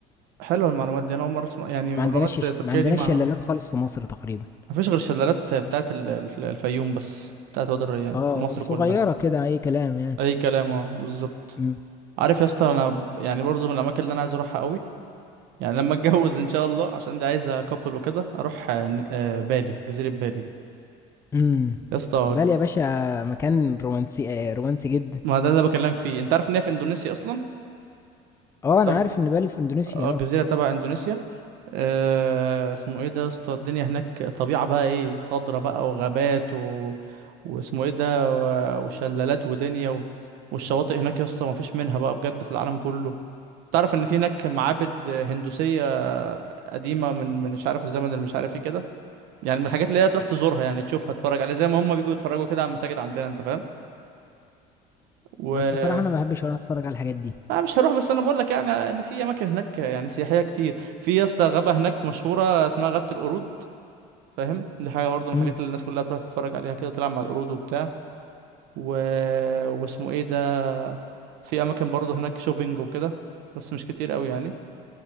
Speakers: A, on the right (about 75°); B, on the left (about 15°).
A: حلوة المعلومات دي انا اول مرة اسمع يعني
B: ما
A: معلومات
B: عندناش ش...
A: تركيا
B: ما عندناش
A: دي ما
B: شلالات خالص في مصر تقريبا
A: مفيش غير الشلالات بتاعت ال- ال- الفيوم بس بتاعت وادي الريان
B: اه
A: في مصر
B: صغيرة
A: كلها
B: كده أي كلام يعني
A: اي كلام اه بالظبط
B: امم
A: عارف يا اسطى انا ب- يعني برضو من الاماكن اللي انا عايز اروحها قوي يعني لما اتجوز ان شاء الله عشان دي عايزه كابل وكده اروح آه، ن- آه، بالي جزيره بالي
B: امم
A: يا اسطى
B: بالي يا باشا مكان رومانسي آه، رومانسي جدا
A: ما ده اللي بكلمك فيه انت عارف ان هي في اندونيسيا اصلا
B: اه انا
A: طب
B: عارف ان بالي في اندونيسيا
A: آه،
B: اه
A: جزيره تبع اندونيسيا أه اسمه ايه ده يا اسطى الدنيا هناك طبيعه بقى ايه خضره بقى وغابات و... واسمه ايه ده و- وشلالات ودنيا و... والشواطئ هناك يا اسطى ما فيش منها بقى بجد في العالم كله تعرف ان في هناك معابد هندوسيه قديمه من من مش عارف الزمن اللي مش عارف ايه كده يعني من الحاجات اللي هي تروح تزورها يعني تشوفها تتفرج عليها زي ما هم بيجوا يتفرجوا كده على المساجد عندنا انت فاهم و
B: بس الصراحة انا ما بحبش ولا اتفرج على الحاجات دي
A: انا مش هروح بس انا بقول لك يعني ان في اماكن هناك يعني سياحيه كتير في يا اسطى غابه هناك مشهوره اسمها غابه القرود فاهم دي حاجه برضه من
B: امم
A: الحاجات اللي الناس كلها تروح تتفرج عليها كده تلعب مع القرود وبتاع و... واسمه ايه ده في اماكن برضه هناك شوبينج وكده بس مش كتير قوي يعني